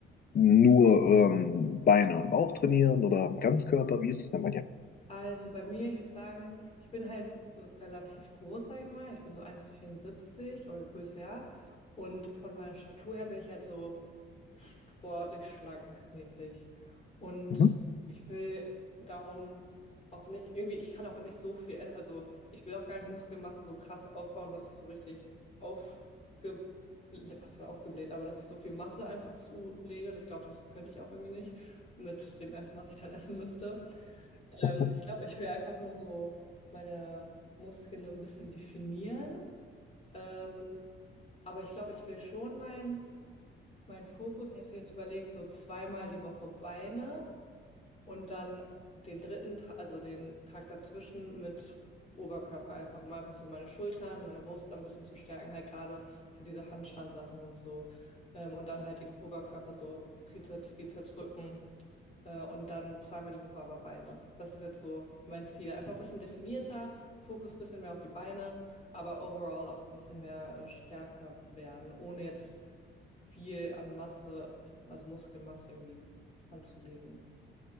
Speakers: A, on the left; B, on the left.
A: Nur ähm, Beine und Bauch trainieren oder Ganzkörper? Wie ist es denn bei dir?
B: Also bei mir, ich würde sagen, ich bin halt so relativ groß, sag ich mal. Ich bin so 1,74 oder größer. ja. Und von meiner Statur her bin ich halt so sportlich schlank mäßig. Und
A: Mhm.
B: ich will darum auch nicht, irgendwie, ich kann auch nicht so viel, e- also ich will auch gar nicht Muskelmasse so krass aufbauen, dass ich so richtig aufge, was ist aufgebläht, aber dass ich so viel Masse einfach zulege. Ich glaube, das könnte ich auch irgendwie nicht mit dem Essen, was ich dann essen müsste. Ähm,
A: <laughs>
B: ich glaube, ich will einfach nur so meine Muskeln so ein bisschen definieren. Ähm, aber ich glaube, ich will schon mein mein Fokus, ich hatte jetzt überlegt, so zweimal die Woche Beine und dann den dritten Tag, also den Tag dazwischen mit Oberkörper einfach, um einfach so meine Schultern, meine Brust ein bisschen zu stärken, halt gerade für diese Handstandsachen und so. Ähm, und dann halt den Oberkörper, so Trizeps, Bizeps, Rücken, äh, und dann zweimal die Woche aber Beine. Das ist jetzt so mein Ziel. Einfach ein bisschen definierter, Fokus ein bisschen mehr auf die Beine, aber overall auch ein bisschen mehr äh, stärker werden, ohne jetzt viel an Masse, also Muskelmasse irgendwie anzulegen.